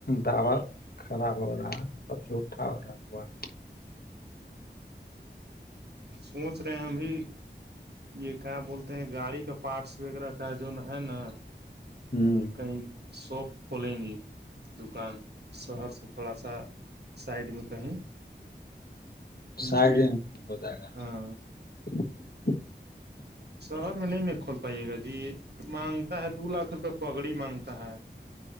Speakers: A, on the left; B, on the right.
A: دوا خراب ہو رہا ہے مطلب جوٹا ہو رہا ہوا رہا
B: سوچ رہے ہیں ہم بھی یہ کیا بولتے ہیں گاڑی کا پارٹس وغیرہ کا جو نا ہے نا
A: ہمم
B: کہیں شاپ کھولیں گی دکان شہر سے تھوڑا سا سائڈ میں کہیں
A: سائڈ
B: جی
A: ہو جائے گا
B: ہاں
A: <inaudible>
B: شہر میں نہیں نہیں کھول پائیے گا جی یہ مانگتا ہے دو لاکھ روپے پگڑی مانگتا ہے